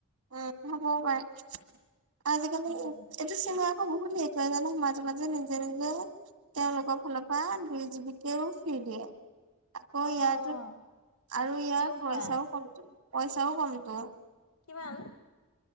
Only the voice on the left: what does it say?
উম।
অ', অ',
সিও
পায়
কিমান?